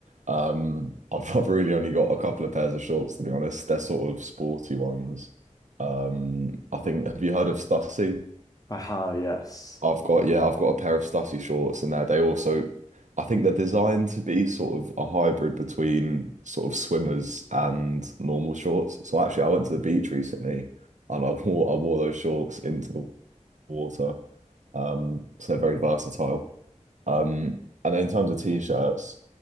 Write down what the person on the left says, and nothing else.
I have, yes.